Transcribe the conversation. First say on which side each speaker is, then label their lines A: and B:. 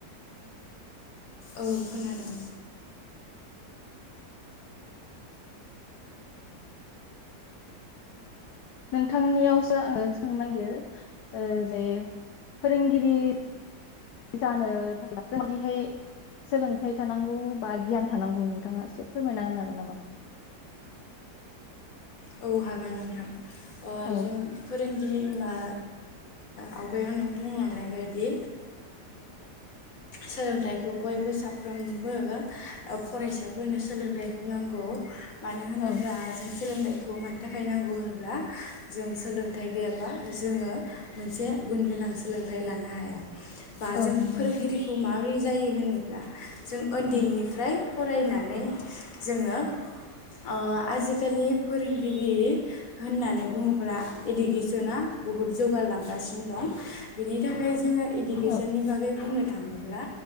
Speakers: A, on the left; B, on the left.
A: औ खोनादों
B: नोंथांनियावसो आङो सोंनो नागिरो जे फोरोंगिरि जानो थाखाय जोंदिहाय सोलोंथाइ थानांगौ बा गियान थानांगौ नोंथाङा एसे फोरमायना होनो हागोन नामा
A: औ हागोन नोंथां
B: औ
A: जों फोरोंगिरि होनबा आवगायाव नों बुंलांनाय बायदि सोलोंथाइखौ बयबो साफ्रोमबो फरायसाफोरनो सोलोंथाइखौ नांगौ मानो होनोब्ला
B: औ
A: जों सोलोंथाइखौ खौ मानि थाखाय नांगौ होनब्ला जों सोलोंथाइ गैयाबा जोङो मोनसे गुन गोनां सोलोंथाइ लानो हाया बा
B: औ
A: जों
B: नंगौ
A: फोरोंगिरिखौ
B: नोंथां
A: माबोरै जायो होनोब्ला जों उन्दैनिफ्राय
B: ओं
A: फरायनानै जोङो ओ आजिखालि फोरोंगिरि होननानै बुङोब्ला इडुकेसना बुहुद जौगालांगासिनो दं बिनि थाखाय जोङो इडुकेसननि
B: औ
A: बागै बुंनो थाङोब्ला